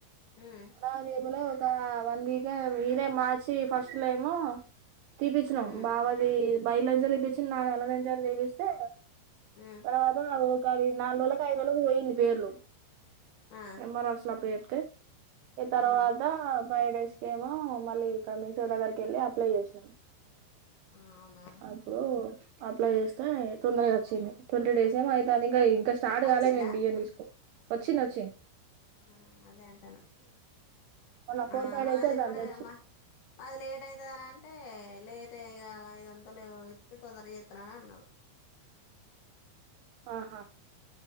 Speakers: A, on the left; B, on the right.
A: ఉమ్
B: <unintelligible> క వన్ వీక్ ఏ ఇదే మార్చి ఫస్ట్ లో ఏమో తీపిచ్చినాం
A: ఉమ్
B: బావది బయలంచలి తీపిచ్చినాం నాది ఆన్లనుంచి తీపిస్తే
A: ఉమ్
B: తర్వాత ఒక అది నాలుగు రోజులకో ఐదు రోజులకో పోయింది పేర్లు
A: ఆ
B: ఎమ్ ర్ ఓ ఆఫీసు ల అప్పజెప్తే ఇగ తర్వాత
A: ఆ
B: ఫైవ్ డేస్ కేమో మళ్ళీ ఇక్కడ మీసేవ దగ్గరికి కేళ్ళి అప్లై ఎసినాం
A: ఆ అవునా
B: అప్పుడు అప్లై ఆస్తే తొందరగా వచ్చింది. ట్వంటీ డేస్ ఏమోవుతుంది ఇంకా ఇంకా స్టార్ట్
A: వచ్చిందా
B: కాలే మేము బియ్యం తీసుకో వచ్చింది వచ్చింద్.
A: ఆ అదేన్ తన్నా
B: మొన్న ఫోర్
A: ఆ
B: ఫైవ్
A: మాది
B: డేస్ అయితాంది
A: కూడా
B: వచ్చి
A: అమ్మ మాది లేట్ అయిత్ నన్ అంటే లేట్ ఏ ఐదు వందలు ఇత్తె తొందరగా ఎత్త అన్నారు
B: ఆహా